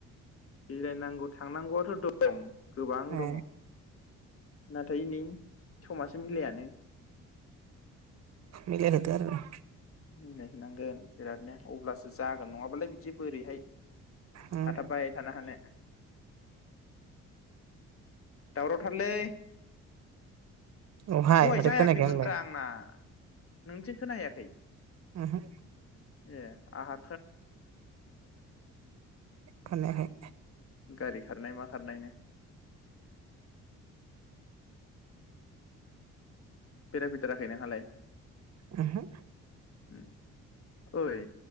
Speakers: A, on the left; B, on the right.
A: बेरायनांगौ थांनांगौ आ दं गोबां
B: ए
A: दंङ। नाथाय नै समासो मिलायानो
B: मिलाया थो आरो।
A: मिलायहोनांगोन बिरादनो अब्लासो जागोन नंङाबालाय बिदि बोरैहाय
B: उम
A: थाथाब बाय थानो हानो दावरावथारलै
B: अहाय
A: दहाय
B: माथो
A: जायाखैमोनब्रा
B: खोनायाखै आंलाय
A: आंना नोंथिं खोना हैयाखै?
B: उमहो
A: ए आहा
B: खोनायाखै
A: गारि खारनाय मा खारनायनो बेरायफैथाराखै नोंहालाय?
B: उहो
A: उम ओय